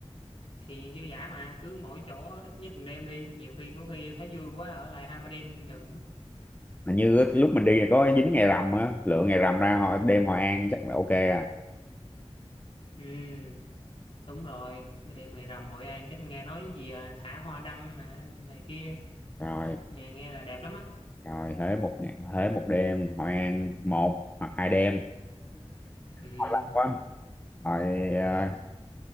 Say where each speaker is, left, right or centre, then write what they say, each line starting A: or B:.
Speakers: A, on the left; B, on the left.
A: thì dư dả mà cứ mỗi chỗ ít nhất một đêm đi nhiều khi có khi thấy vui quá ở lại hai ba đêm không chừng
B: hình như lúc mình đi là có dính ngày rằm á lựa ngày rằm ra họ đêm Hội An chắc là ok à
A: ừ, đúng rồi đêm ngày rằm Hội An chắc nghe nói gì à, thả hoa đăng à, này kia
B: rồi
A: nghe, nghe là đẹp lắm á
B: rồi Huế một ngày Huế một đêm Hội An một hoặc hai đêm <laughs>
A: ừ.
B: Ngon lành quá rồi ờ,